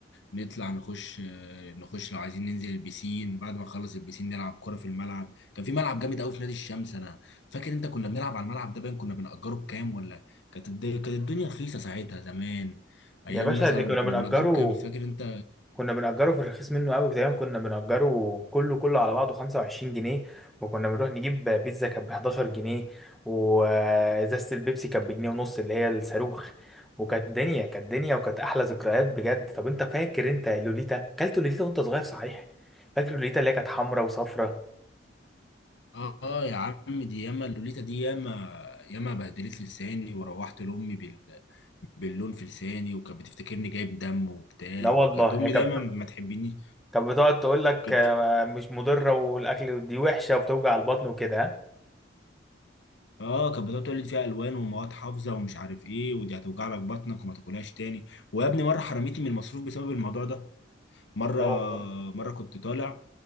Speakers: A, on the left; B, in the centre.
A: نطلع نخش آه، نخش لو عايزين ننزل البسين بعد ما نخلص البسين نلعب كرة في الملعب كان في ملعب جامد قوي في نادي الشمس انا فاكر انت كنا بنلعب على الملعب ده باين كنا بنأجره بكام ولا كانت الد- كانت الدنيا رخيصه ساعتها زمان
B: يا
A: ايام
B: باشا
A: مثلا
B: اللي كنا
A: كنا
B: بنأجره
A: بنأجره بكام فاكر انت
B: كنا بنأجره في الرخيص منه قوي تقريبا كنا بنأجره كله كله على بعضه 25 جنيه وكنا بنروح نجيب بيتزا كانت ب 11 جنيه وإزازة البيبسي كانت بجنيه ونص اللي هي الصاروخ وكانت دنيا كانت دنيا وكانت أحلى ذكريات بجد طب أنت فاكر أنت لوليتا كلت لوليتا وأنت صغير صحيح فاكر لوليتا اللي هي كانت حمراء وصفراء
A: اه آه يا عم دي ياما اللوليتا دي ياما ياما بهدلت لساني وروحت لامي بال... باللون في لساني وكانت بتفتكرني جايب دم وبتاع
B: لا والله
A: وكانت امي
B: هي كانت
A: دايما ما تحبنيش
B: كانت بتقعد تقول لك
A: كنت
B: آه، مش مضرة والأكل دي وحشة وبتوجع البطن وكده ها؟
A: اه كانت بتقعد تقول لي فيها الوان ومواد حافظه ومش عارف ايه ودي هتوجع لك بطنك وما تاكلهاش تاني ويا ابني مره حرمتني من المصروف بسبب الموضوع ده مره
B: لا والله
A: مره كنت طالع